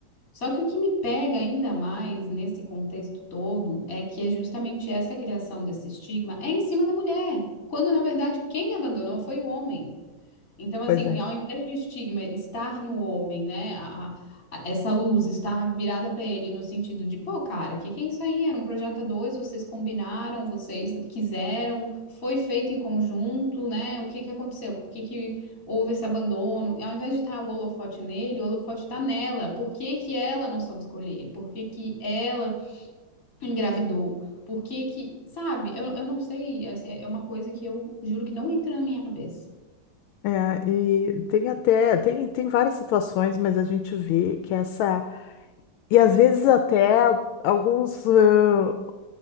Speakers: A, on the left; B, on the left.
A: Só que o que me pega ainda mais nesse contexto todo é que é justamente essa criação desse estigma é em cima da mulher, quando na verdade quem abandonou foi o homem. Então, assim,
B: Pois é.
A: ao invés de estigma estar no homem, né? a- a- a- essa luz estar virada para ele no sentido de, pô, cara, o que que é isso aí? Era um projeto a dois, vocês combinaram, vocês quiseram, foi feito em conjunto, né? O que que aconteceu? Por que que houve esse abandono? Ao invés de estar o holofote nele, o holofote está nela. Por que que ela não soube escolher? Por que que ela engravidou? Por que que, sabe? Eu, eu não sei, assim, é uma coisa que eu juro que não entra na minha cabeça.
B: É, e tem até, tem, tem várias situações, mas a gente vê que essa E às vezes até alguns eh,